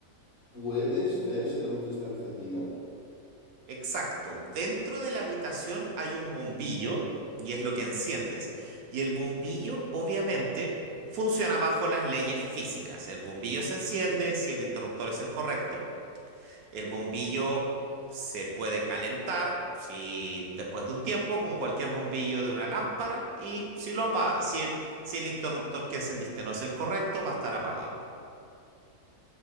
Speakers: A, on the left; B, on the right.
A: puedes ver si la luz está encendida?
B: Exacto. Dentro de la habitación hay un bombillo y es lo que enciendes. Y el bombillo obviamente funciona bajo las leyes físicas. El bombillo se enciende si el interruptor es el correcto. El bombillo se puede calentar si después de un tiempo, como cualquier bombillo de una lámpara, y si lo apa- si el, si el interruptor que encendiste no es el correcto, va a estar apagado.